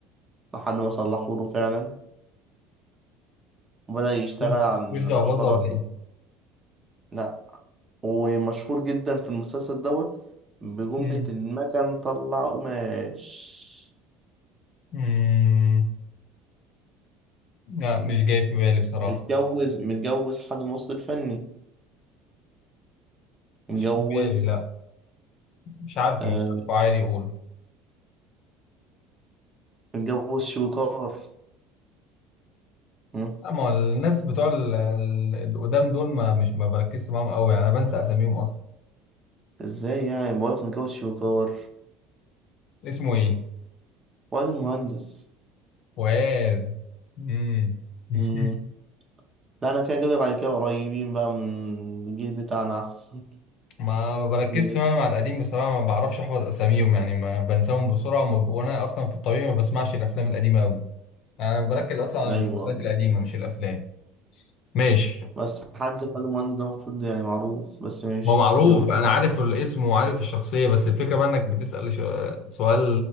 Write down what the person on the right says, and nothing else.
لحد ما صلحه له فعلا وبدأ يشتغل
على المشروع
دوت
لأ ومشهور جدا في المسلسل دوت بجملة
المكن طلع قماش
متجوز متجوز حد من الوسط الفني متجوز
آه
متجوز شويكار مم.
ازاي يعني بقولك متجوز شويكار
واد المهندس
مم. لا انا كده جايب لك على كده قريبين بقى من الجيل بتاعنا احسن
<laughs>
ماشي
ايوه
بس حد خد المهندس ده المفروض يعني معروف بس ماشي
يلا